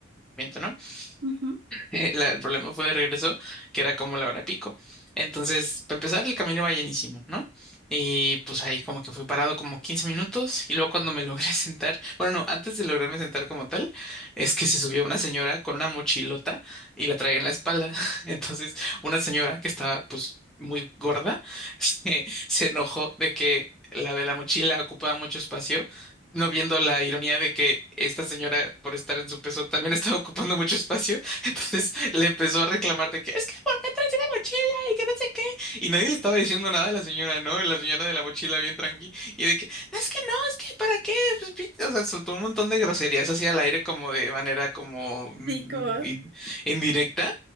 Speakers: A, in the centre; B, on the right (about 50°).
A: ¿no?
B: ujú.
A: <laughs> La- el problema fue de regreso, que era como la hora pico. Entonces, para empezar, el camino iba llenísimo, ¿no? Y pues ahí como que fui parado como 15 minutos y luego cuando me logré <laughs> sentar, bueno, no, antes de lograrme sentar como tal, es que se subió una señora con una mochilota y la traía en la espalda. <laughs> Entonces, una señora que estaba pues muy gorda, <laughs> se, se enojó de que la de la mochila ocupaba mucho espacio. no viendo la ironía de que esta señora, por estar en su peso, también estaba ocupando mucho espacio <laughs> Entonces le empezó a reclamar de que es que ¿por qué traes una mochila? Y que no sé qué. Y nadie le estaba diciendo nada a la señora, ¿no? La señora de la mochila bien tranqui. Y de que, no, es que no, es que ¿para qué? Pues, pin-". o sea, soltó un montón de groserías así al aire como de manera como mm,
B: Sí, como...
A: in- indirecta.